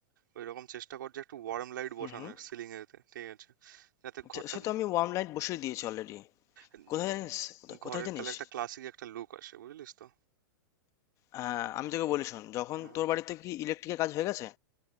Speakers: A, on the right; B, on the left.
A: ওই রকম চেষ্টা কর যে একটা ওয়ার্ম লাইট
B: হুম
A: বসানোর
B: হুম
A: সিলিং এতে ঠিক আছে যাতে ঘরটা
B: তো সে তো আমি ওয়ার্ম লাইট বসিয়ে দিয়েছি অলরেডি
A: উম,
B: কোথায় জানিস কোথায় কোথায়
A: ঘরের
B: জানিস
A: তাহলে একটা ক্লাসিক একটা লুক আসে বুঝলিস তো
B: হ্যাঁ আমি তোকে বলি শোন যখন
A: হ্যাঁ
B: তোর বাড়িতে কি ইলেকট্রিকের কাজ হয়ে গেছে